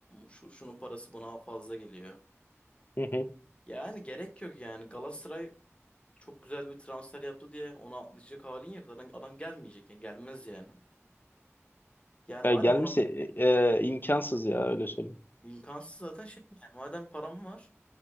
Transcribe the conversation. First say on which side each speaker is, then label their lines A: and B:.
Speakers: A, on the left (about 25°); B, on the left (about 40°).
A: Şu, şunun parası buna fazla geliyor.
B: Hı hı.
A: Yani gerek yok yani. Galatasaray çok güzel bir transfer yaptı diye onu atlayacak halin yok. Zaten adam gelmeyecek. Yani gelmez yani. Yani
B: Ya
A: madem
B: gelmişse
A: ona
B: e, e, imkansız ya öyle söyleyeyim.
A: imkansız zaten şey yani. Madem param var.